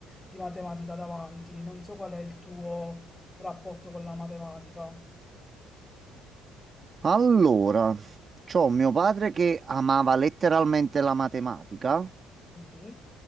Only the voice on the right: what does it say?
Allora, c'ho mio padre che amava letteralmente la matematica.